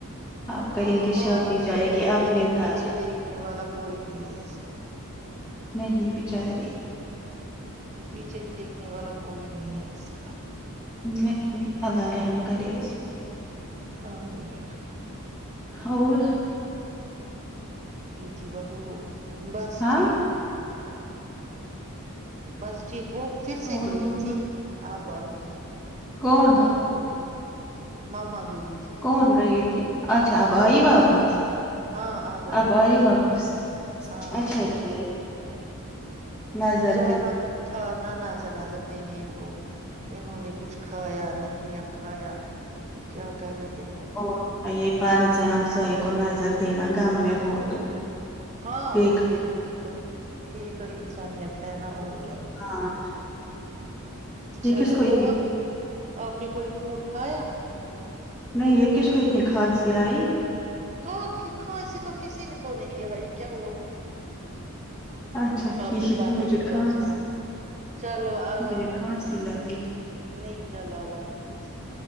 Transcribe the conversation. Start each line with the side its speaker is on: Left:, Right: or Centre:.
Left: آپ کریں
Right: ہاں
Left: گی
Right: بات
Left: شادی
Right: تو
Left: جائے
Right: صحیح
Left: گی
Right: ہے
Left: اپنے
Right: لیکن
Left: گھر
Right: پیچھے دیکھنے والا کوئی نہیں ہے اس کا
Left: نہیں بچاری
Right: پیچھے دیکھنے والا کوئی نہیں ہے اس کا
Left: نہیں اللہ ررحم کرے اس پے
Right: آمین
Left: اور
Right: گئی تھی وہ بس
Left: ہاں
Right: ٹھیک بس ٹھیک وہ پھر سے
Left: اور
Right: گئی
Left: بولو
Right: تھی آب آئ <unintelligible>
Left: کون
Right: ہاں بولو مما گئی تھی
Left: کون گئی تھی اچھا اب ائی
Right: ماما
Left: واپس
Right: ہاں آ
Left: اب
Right: گئی
Left: ائی واپس
Right: ہاں
Left: اچھا
Right: ہاں
Left: کیا نظر
Right: جانا
Left: دی
Right: تو تھا نہ نظر نظر دینے ان کو انہوں نے کچھ کھایا نہیں یا کھایا کیا کر رہے ہیں
Left: اور نہ یہ فرض ہے ہمسائے کو نظر دینا گم میں ہو تو
Right: ہاں
Left: دیکھنا
Right: اور کیا یہی تو یہی تو انسانیت ہے نا اور کیا <unintelligible>
Left: ہاں
Right: <inaudible>
Left: یہ
Right: چلو
Left: کس کو اتنی
Right: اور اپنے کوئی فروٹ کھایا
Left: نہیں یہ کس کو اتنی کھانسی آئی
Right: کہاں خھ کھانسی تو کسی نے کو نہیں ائی کیا ہوا
Left: اچھا ٹھیک
Right: آپ نے پتا
Left: مجھے
Right: نہیں
Left: کھانسی
Right: کیا سنا چلو اللہ
Left: مجھے
Right: حافظ
Left: کھانسی لگی
Right: نہیں چلو اللہ حافظ